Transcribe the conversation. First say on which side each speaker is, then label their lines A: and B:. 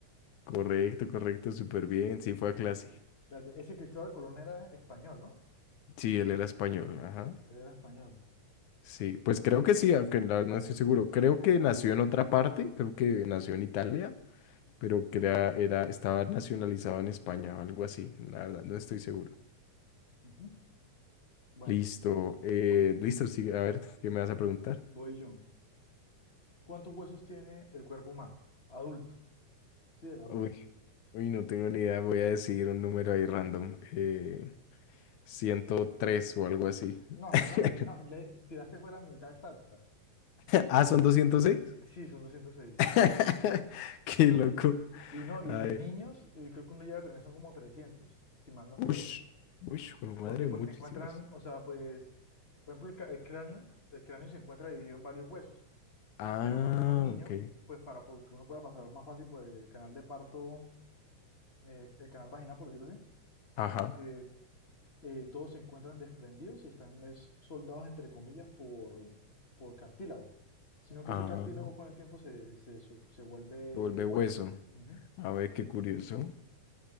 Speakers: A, on the left; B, on the left.
A: Correcto, correcto, súper bien. Sí, fue a clase.
B: Espérate, ese Cristóbal Colón era español, ¿no?
A: Sí, él era español, ajá.
B: Él era español.
A: Sí, pues creo que sí, aunque la verdad no estoy seguro. Creo que nació en otra parte, creo que nació en Italia, pero que era, era, estaba nacionalizado en España o algo así. La verdad, no estoy seguro.
B: Ujú. Bueno,
A: Listo, eh,
B: voy,
A: listo, sí, a ver, ¿qué me
B: vo-
A: vas a preguntar?
B: voy yo. ¿Cuántos huesos tiene el cuerpo humano? Adulto. Sí, el adulto.
A: Uy, uy, no tengo ni idea, voy a decir un número ahí random. Eh, ciento tres o algo así.
B: No,
A: <laughs>
B: solamente, no, le tiraste fue la mitad exacta.
A: Ah, son doscientos seis
B: Sí, son doscientos seis
A: <laughs> Qué loco.
B: Y no, y
A: Ay,
B: de niños, eh, creo que uno llega a tener, son como 300 si mal no estoy.
A: ush, ush, jue madre,
B: Porque
A: muchísimos.
B: pues se encuentran, o sea, pues, por ejemplo, el, ca- el cráneo, el cráneo se encuentra dividido en varios huesos.
A: Ah,
B: Pero cuando uno es niño,
A: ok.
B: pues para po- que uno pueda pasar más fácil por el canal de parto, eh, el canal vaginal, por decirlo así,
A: Ajá.
B: este, eh, todos se encuentran desprendidos y están es, soldados, entre comillas, por, por cartílago. Sino
A: Ah,
B: que ese cartílago con el tiempo se, se, su- se vuelve
A: se vuelve
B: hueso.
A: hueso.
B: Ujú.
A: A ver, qué curioso.